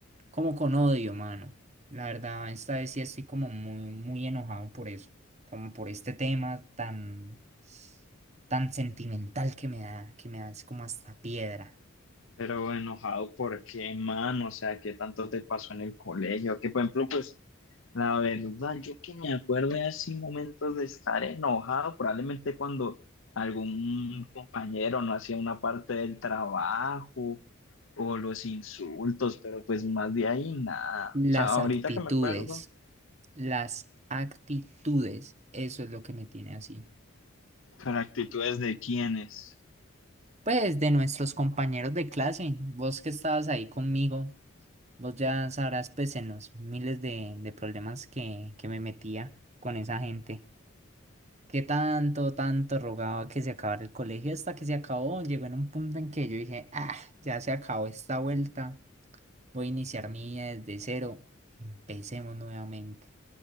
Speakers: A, on the right; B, on the left.
A: como con odio, mano. La verdad, esta vez sí estoy como muy, muy enojado por eso, como por este tema tan, tan sentimental que me da, que me da es como hasta piedra.
B: Pero bueno, enojado, ¿por qué, mano? O sea, ¿qué tanto te pasó en el colegio? Que, por ejemplo, pues, la verdad, yo que me acuerdo de así momentos de estar enojado, probablemente cuando algún compañero no hacía una parte del trabajo o los insultos, pero pues más de ahí nada. O
A: Las
B: sea, ahorita
A: actitudes,
B: que me acuerdo,
A: las actitudes, eso es lo que me tiene así.
B: pero actitudes de quiénes.
A: Pues de nuestros compañeros de clase, vos que estabas ahí conmigo, vos ya sabrás pues en los miles de, de problemas que, que me metía con esa gente, que tanto, tanto rogaba que se acabara el colegio hasta que se acabó, llegó en un punto en que yo dije, ah, ya se acabó esta vuelta, voy a iniciar mi vida desde cero, empecemos nuevamente.